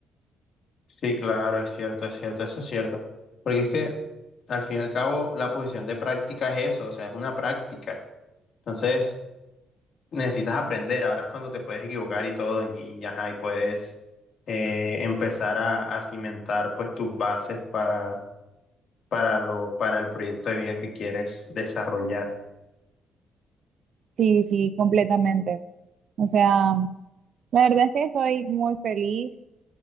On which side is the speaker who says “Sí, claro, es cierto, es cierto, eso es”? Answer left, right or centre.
Left